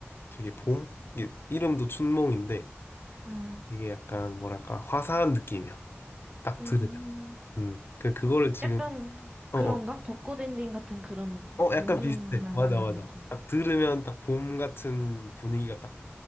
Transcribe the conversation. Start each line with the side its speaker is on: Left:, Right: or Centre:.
Left: 되게 봄? 이게 이름도 춘몽인데
Right: 응.
Left: 이게 약간 뭐랄까 화사한 느낌이야. 딱
Right: 음,
Left: 들으면. 음. 그 그거를 지금
Right: 약간
Left: 어,
Right: 그런가?
Left: 어.
Right: 벚꽃 엔딩 같은 그런
Left: 어,
Right: 몽글몽글한
Left: 약간 비슷해. 맞아,
Right: 그런
Left: 맞아.
Right: 느낌?
Left: 딱 들으면 딱 봄 같은 분위기가 딱